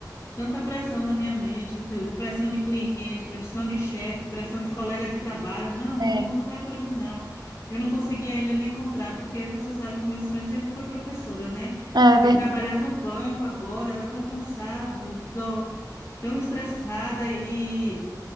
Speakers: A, on the left; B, on the right.
A: tanta pressão na minha mente, que- pressão de cliente, pressão de chefe, pressão de colega de trabalho. Não, não,
B: É,
A: não é para mim, não. Eu não consegui ainda me encontrar, porque você sabe que meu sonho sempre foi professora, né?
B: é
A: E
B: verdade.
A: trabalhar no banco agora, tá tão cansado, tô tão estressada e